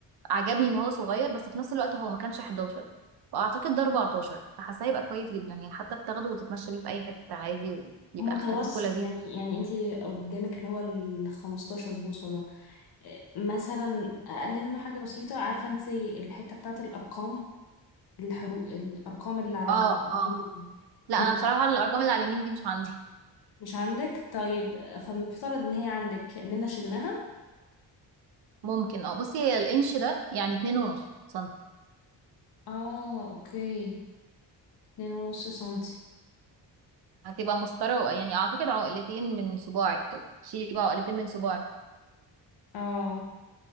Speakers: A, on the right; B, on the left.
A: عجبني إن هو صغير بس في نفس الوقت هو ما كانش 11 فأعتقد ده 14 فحاسة هيبقى كويس جدا هي حتى بتاخده وتتمشى بيه في أي حتة عادي ويبقى
B: متوسط
A: خفيف ولذيذ
B: يعني يعني انتي قدامك اللي هو ال 15 بوصة ده مثلا اقل منه حاجه بسيطه عارفه انت الحته بتاعت الارقام الحروف الارقام اللي على
A: اه
B: اليمين
A: اه لا
B: مش
A: انا بصراحه الارقام اللي على اليمين دي مش عندي
B: مش عندك طيب فالمفترض ان هي عندك اننا شلناها
A: ممكن اه بصي هي الانش ده يعني اتنين ونص سنتي
B: اه اوكي اتنين ونص سنتي
A: هتبقى مسطره يعني اعتقد عقلتين من صباعك كده شيلي بقى عقلتين من صباعك
B: اه